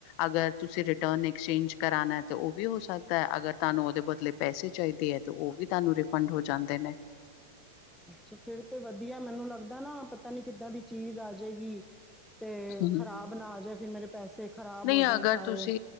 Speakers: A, on the left (about 50°); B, in the centre.
A: ਅਗਰ ਤੁਸੀਂ ਰਿਟਰਨ ਐਕਸਚੇਂਜ ਕਰਾਣਾ ਤੇ ਉਹ ਵੀ ਹੋ ਸਕਦਾ ਅਗਰ ਤਾਨੂੰ ਉਹਦੇ ਬਦਲੇ ਪੈਸੇ ਚਾਹੀਦੇ ਹੈ ਤੇ ਉਹ ਵੀ ਤੁਹਾਨੂੰ ਰਿਫੰਡ ਹੋ ਜਾਂਦੇ ਨੇ
B: ਅੱਛਾ ਫਿਰ ਤੇ ਵਧੀਆ ਮੈਨੂੰ ਲੱਗਦਾ ਨਾ ਪਤਾ ਨੀ ਕਿੱਦਾਂ ਦੀ ਚੀਜ਼ ਆ ਜੇਗੀ ਤੇ
A: ਹੂੰ।
B: ਖ਼ਰਾਬ ਨਾ ਆ ਜੇ ਫਿਰ ਮੇਰੇ ਪੈਸੇ ਖ਼ਰਾਬ
A: ਨਹੀਂ
B: ਹੋ ਜਾਣ
A: ਅਗਰ
B: ਸਾਰੇ
A: ਤੁਸੀਂ